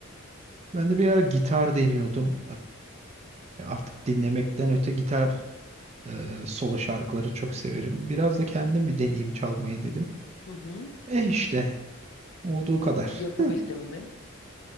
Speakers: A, on the right; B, on the left.
A: Ben de bir ara gitar deniyordum. Ee, artık dinlemekten öte gitar e, solo şarkıları çok severim. Biraz da kendim bir deneyeyim çalmayı dedim.
B: Hı hı.
A: E işte olduğu kadar.
B: Yapabildim
A: <laughs>
B: mi?